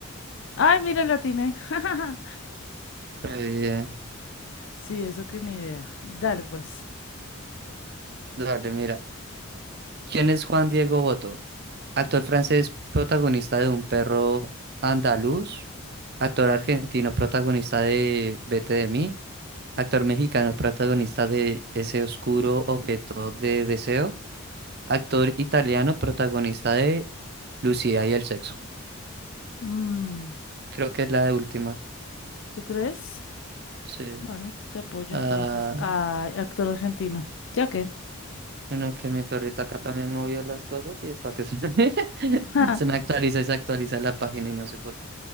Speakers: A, on the left; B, on the right.
A: Ay, mira, la atiné. <laughs>
B: Re bien.
A: Sí, eso que ni idea. Dale, pues.
B: Dale, mira. ¿Quién es Juan Diego Boto? Actor francés protagonista de Un perro andaluz. Actor argentino protagonista de Vete de mí. Actor mexicano protagonista de Ese oscuro objeto de deseo. Actor italiano, protagonista de Lucía y el sexo.
A: Mm.
B: Creo que es la de última.
A: ¿Tú crees?
B: Sí.
A: Bueno, te apoyo
B: Ah,
A: entonces. Ay, actor argentino. ¿Ya qué?
B: bueno, que mi perrita acá también movió las cosas y está que se me, <laughs>
A: <laughs>
B: se me actualiza y se actualiza la página y no sé por qué.